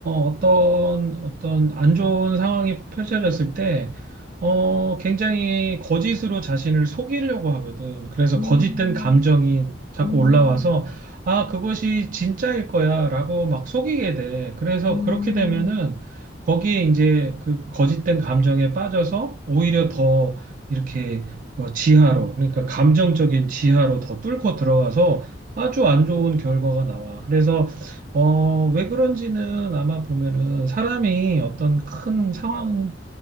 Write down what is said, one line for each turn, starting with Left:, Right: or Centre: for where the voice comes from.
Right: 어떤, 어떤 안 좋은 상황이 펼쳐졌을 때, 어, 굉장히 거짓으로 자신을 속이려고 하거든. 그래서
Left: 음.
Right: 거짓된 감정이 자꾸
Left: 음,
Right: 올라와서, 아, 그것이 진짜일 거야, 라고 막 속이게 돼. 그래서
Left: 음,
Right: 그렇게 되면은, 거기에 이제 그 거짓된 감정에 빠져서 오히려 더 이렇게 어, 지하로, 그러니까 감정적인 지하로 더 뚫고 들어가서 아주 안 좋은 결과가 나와. 그래서 어, 왜 그런지는 아마 보면은 사람이 어떤 큰 상황,